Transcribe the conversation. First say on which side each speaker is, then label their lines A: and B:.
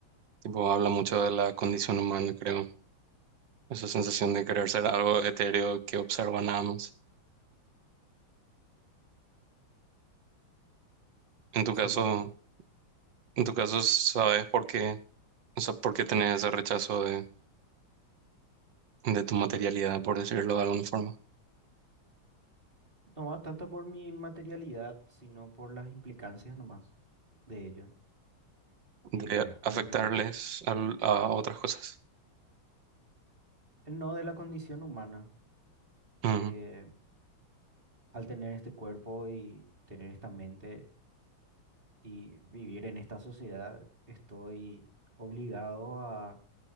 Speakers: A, on the right; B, on the right.
A: Tipo, habla mucho de la condición humana, creo. Esa sensación de querer ser algo etéreo que observa nada más. En tu
B: Sí,
A: caso, en tu caso, ¿sabes por qué? O sea, ¿por qué tenés ese rechazo de, de tu materialidad, por decirlo de alguna forma?
B: no va tanto por mi materialidad, sino por las implicancias nomás de ello. Eh,
A: De afectarles
B: al,
A: al- a, otras cosas.
B: no de la condición humana,
A: Ujú,
B: eh, al tener este cuerpo y tener esta mente y vivir en esta sociedad, estoy obligado a